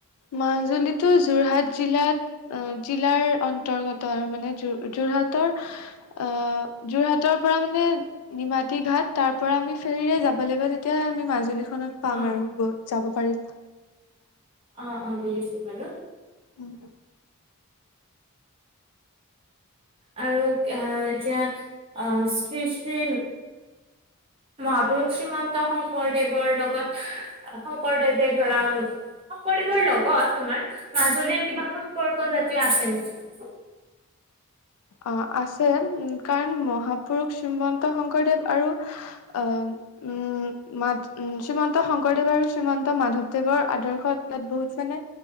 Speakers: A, on the left (about 80°); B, on the right (about 25°).
A: মাজুলীতটো যোৰহাট জিলাত। জিলাৰ অন্তৰ্গত আৰু মানে যোৰহাটৰ আহ যোৰহাটৰ পৰা মানে নিমাতী ঘাট তাৰ পৰা আমি ফেৰিৰে যাব লাগিব তেতিয়াহে আমি মাজুলী ত পাম
B: অ
A: আৰু যাব পাৰি
B: অঁ অঁ। ছো বাৰ
A: উম।
B: আৰু আঁহ এতিয়া অঁ, শ্ৰী শ্ৰী মহাপুৰুষ শ্ৰীমন্ত শংকৰদেৱৰ দেৱৰ লগত শংকৰদেৱে ধৰাম শংকৰদেৱৰ লগত তোমাৰ মাজুলীৰ কিবা সম্পৰ্ক জাতীয় আছে নেকি
A: অঁ আছে উ কাৰণ মহাপুৰুষ শ্ৰীমন্ত শংকৰদেৱ আৰু আহ উম ম উ শ্ৰীমন্ত শংকৰদেৱ আৰু শ্ৰীমন্ত মাধৱদেৱৰ আদৰ্শত ইয়াত বহুত মানে